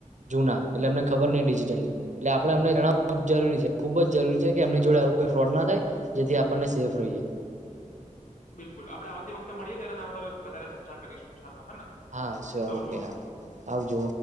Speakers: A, on the right; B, on the left.
A: જૂના એટલે એમને ખબર નહ ડિજિટલી, એટલે આપણે એમને જણાવ જરૂરી છે ખુબ જ જરૂરી છે કે એમની જોડે આવું કોઈ ફ્રોડ ના થાય, જેથી આપણને સેફ રહીએ.
B: બિલકુલ આપડણે આવતી વખતે મળીએ ત્યારે એના પર વધારે ચર્ચા કરીશું. ચાલો હેને
A: હા સ્યોર
B: આવજો
A: ઓકે હા આવજો.